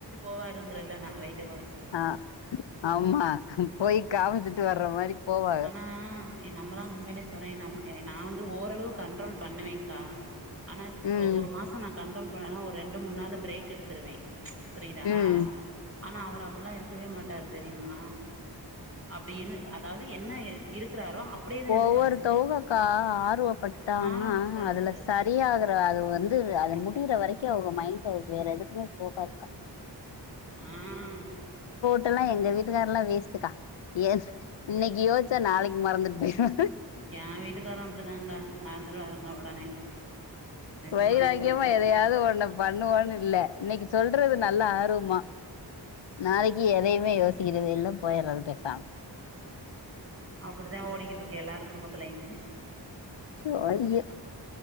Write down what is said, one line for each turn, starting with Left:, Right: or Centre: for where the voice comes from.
Right: ஓவருங்கரல்ல நா அவ வீட்டுக்கு போற சொ
Left: ஆ ஆமா போய் கவுந்துட்டு வர்ற மாரி போவாங்க
Right: ஆனா எ நம்மளா உண்மையிலே சொல்றே நம் ஏ நா வந்து ஓரளவு கண்ட்ரோல் பண்ணுவேங்க்கா ஆனா இப்போ
Left: ம்
Right: ஒரு மாசோ நா கண்ட்ரோல் பண்ணேன்னா ஒரு ரெண்டு மூணு நாளு பிரேக் எடுத்துருவே புரியுதா
Left: ம்
Right: ஆனா அவரு அப்பல்லா இருக்கவே மாட்டாரு தெரியுமா அப்டி இரு அதாவது என்ன எ இருக்குறாரோ அப்டியேதா
Left: ஒவ்வொருதவுங்கோக்கா
Right: இருப்பாரு
Left: ஆர்வப்பட்டுட்டாகன்னா
Right: மாற மாட்டாரு
Left: அதுல சரியாகற அது வந்து அது முடியிற வரைக்கு அவுக மைண்டு வேற எதுக்குமே போகாதுகா
Right: ம்
Left: ட்லெல்லா எங்க வீட்டுக்கார்லா வேஸ்டுக்கா எ இன்னைக்கி யோஸ்சா நாளைக் மறந்துட் போய்ர்வா
Right: எ வீட்டுக்காரு அப்படிதாங்க மறந்துறுவாருங்க ஒடனே நெஜமாவே
Left: வைராக்கியமா
Right: சொல்றே
Left: எதயாவது ஒண்ண பண்ணுவோன்னில்ல இன்னைக்கு சொல்றது நல்ல ஆர்வமா நாளைக்கி எதையுமே யோஸ் க்கிறது இல்ல போயறது பெசாம்
Right: அப்புடித்தா ஓடிகிட்ருக்கு எல்லாரு குடும்பத்திலயு
Left: சோ அய்யோ